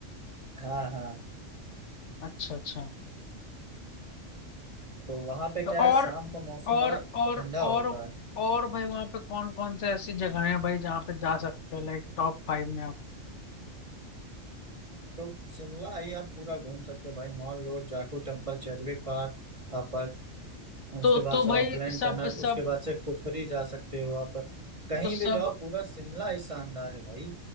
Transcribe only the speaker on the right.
हाँ हाँ
तो वहां पे क्या
है शाम का मौसम
बड़ा
ठंडा
होता है
तो शिमला ही आप पूरा घूम सकते हैं भाई Mall road Jakhu temple Chadwick fall आप उसके
बाद
से
ऑकलैंड
टनल
उसके बाद से कुफरी जा सकते हो आप कहीं
भी जाओ पूरा शिमला ही शानदार है भाई